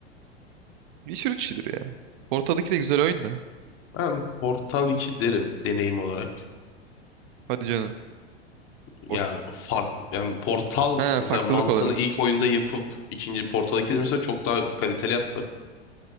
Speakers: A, on the right; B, on the left.
A: Witcher üç'tür ya. Portal 2 de güzel oyun da.
B: Ben Portal 2 derim deneyim olarak.
A: Hadi canım.
B: Ya
A: Port
B: fark yani Portal
A: He
B: mesela
A: farklılık
B: mantığını
A: olarak.
B: ilk oyunda yapıp ikinci Portal 2'de mesela çok daha kaliteli yaptılar.